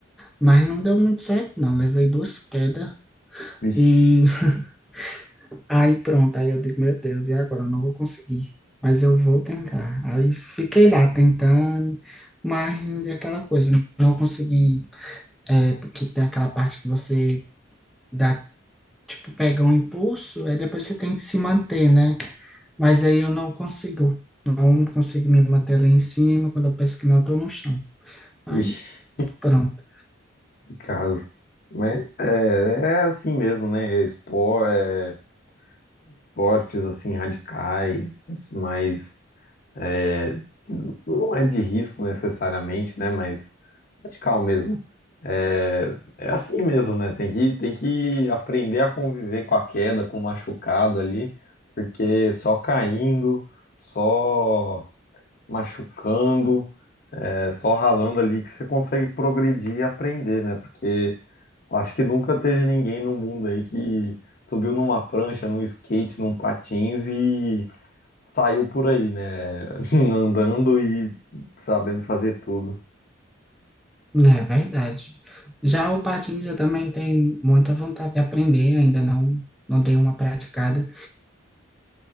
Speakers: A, in the centre; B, on the left (about 45°).
A: mas não deu muito certo, não. Levei duas quedas
B: Vixe,
A: e <laughs> aí pronto, aí eu digo, meu Deus, e agora? Eu não vou conseguir, mas eu vou tentar. Aí fiquei lá tentando, mas ainda é aquela coisa, não consegui, é, porque tem aquela parte que você dá tipo, pega um impulso, aí depois você tem que se manter, né? Mas aí eu não consigo. Não consigo me manter lá em cima. Quando eu penso que não, eu tô no chão. Aí,
B: vixe,
A: pronto.
B: que caso. Mas é, é assim mesmo, né? É Espor, é, esportes assim radicais, esse mais é, não é de risco necessariamente, né? Mas radical mesmo. É, é assim mesmo, né? Tem que, tem que aprender a conviver com a queda, com o machucado ali, porque só caindo, só machucando. É só ralando ali que você consegue progredir e aprender, né? Porque eu acho que nunca teve ninguém no mundo aí que subiu numa prancha, num skate, num patins e saiu por aí, né? <laughs> Andando e sabendo fazer tudo.
A: É verdade. Já o patins eu também tenho muita vontade de aprender, ainda não, não dei uma praticada.